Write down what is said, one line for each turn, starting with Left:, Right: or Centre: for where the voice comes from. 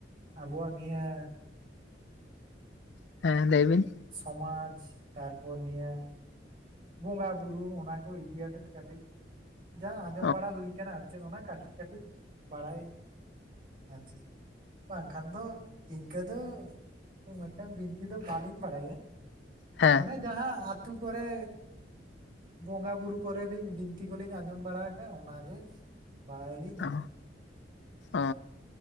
Right: ᱟᱵᱚᱣᱟᱜ ᱱᱤᱭᱟᱹ
Left: ᱦᱮᱸ ᱞᱟᱹᱭ ᱵᱤᱱ?
Right: ᱥᱚᱢᱟᱡᱽ ᱛᱟᱨᱯᱚᱨ ᱱᱤᱭᱟᱹ ᱵᱚᱸᱜᱟ ᱵᱩᱨᱩ ᱚᱱᱟ ᱠᱚ ᱤᱫᱤᱭᱟᱛᱮᱫ ᱠᱟᱹᱴᱤᱡ ᱡᱟ ᱟᱸᱡᱚᱢ
Left: ᱚ
Right: ᱵᱟᱲᱟ ᱦᱩᱭ ᱟᱠᱟᱱᱟ ᱟᱨ ᱪᱮᱫ ᱚᱱᱟ ᱠᱟᱹᱴᱤᱡ ᱠᱟᱹᱴᱤᱡ ᱵᱟᱲᱟᱭ ᱟᱨ ᱪᱮᱫ ᱵᱟᱝ ᱠᱷᱟᱱ ᱫᱚᱼᱼ ᱤᱱᱠᱟᱹ ᱫᱚ ᱢᱤᱫᱴᱟᱝ ᱵᱤᱱᱛᱤ ᱫᱚ ᱵᱟᱹᱞᱤᱧ ᱵᱟᱲᱟᱭᱟ
Left: ᱦᱮᱸ
Right: ᱚᱱᱮᱼᱼ ᱡᱟᱦᱟᱸ ᱟᱛᱩ ᱠᱚᱨᱮᱼᱼ ᱵᱚᱸᱜᱟ ᱵᱩᱨᱩ ᱠᱚᱨᱮ ᱞᱤᱧ ᱵᱤᱱᱛᱤ ᱠᱚᱞᱤᱧ ᱟᱸᱡᱚᱢ ᱵᱟᱲᱟ ᱟᱠᱟᱫᱼᱟ ᱚᱱᱟᱜᱮ ᱵᱟᱲᱟᱭᱟ ᱞᱤᱧ
Left: ᱚ ᱚ